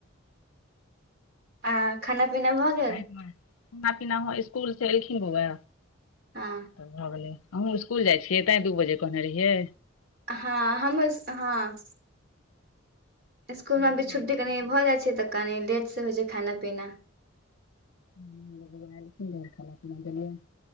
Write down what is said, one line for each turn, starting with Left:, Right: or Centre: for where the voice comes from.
Right: आ खाना पीना भऽ गेल।
Left: सबके राति मे खाना पीना हँ, इसकुलसँ एलखिन, बौआ,
Right: हँ
Left: तऽ भऽ गेलै। अहाँ स्कूल जाइ छियै, तैँ दू बजे कहने रहियै।
Right: हँ, हमहूँ इस हँ।
Left: हँ
Right: स्कूलमे अभी
Left: बौआ
Right: छुट्टी कनि भऽ जाइ छै तऽ कनि लेट से होइ छै खाना पीना।
Left: नहि, खाना पीना गेलियै